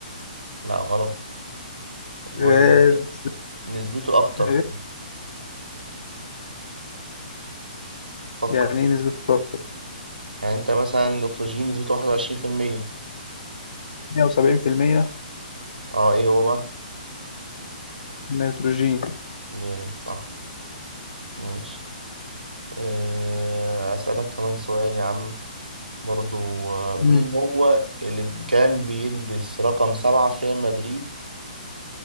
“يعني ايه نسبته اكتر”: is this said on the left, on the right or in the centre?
Left